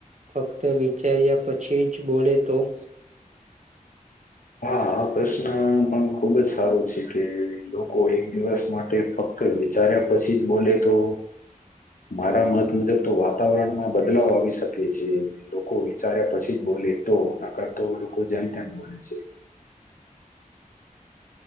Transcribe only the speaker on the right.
ફક્ત વિચાર્યા પછી જ બોલે તો <unintelligible>